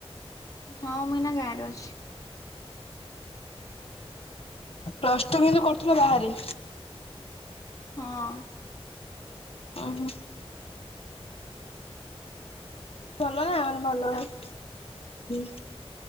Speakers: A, on the left; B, on the left.
A: ହଁ ମୁଁ ଏନା ଗାଁରେ ଅଛି।
B: ପ୍ଲସ ଟୁ କିନ୍ତୁ କରିଥିଲ ବାହାରେ।
A: ହଁ।
B: ଓହୋ। ଭଲ ନା ମାନେ ଭଲ
A: ତାପରେ
B: ଉଁ।